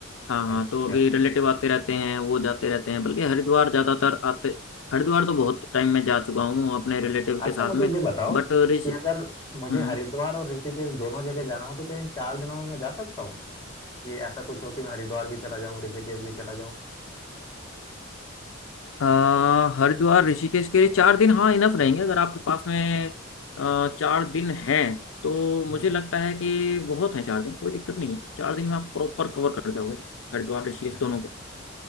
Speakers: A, on the left; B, on the left.
A: हाँ हाँ
B: अच्छा
A: तो अभी रिलेटिव आते रहते हैं वो जाते रहते हैं बल्कि हरिद्वार ज़्यादातर आते हरिद्वार तो बहुत टाइम में जा चुका हूँ अपने रिलेटिव
B: अच्छा
A: के साथ
B: मुझे
A: में
B: ये बताओ
A: बट
B: कि
A: ऋषि
B: अगर मुझे
A: हम्म
B: हरिद्वार और ऋषिकेश दोनों जगह जाना हो तो क्या इन चार दिनों में मैं जा सकता हूँ कि ऐसा कुछ हो कि मैं हरिद्वार भी चला जाऊँ ऋषिकेश भी चला जाऊँ
A: आ, हरिद्वार ऋषिकेश के लिए चार दिन हाँ इनफ रहेंगे अगर आपके पास में आ, चार दिन हैं तो
B: हम्म
A: मुझे लगता है कि बहुत है चार दिन कोई दिक्कत नहीं है चार दिन में आप प्रॉपर कवर कर जाओगे हरिद्वार ऋषिकेश
B: अ-
A: दोनों को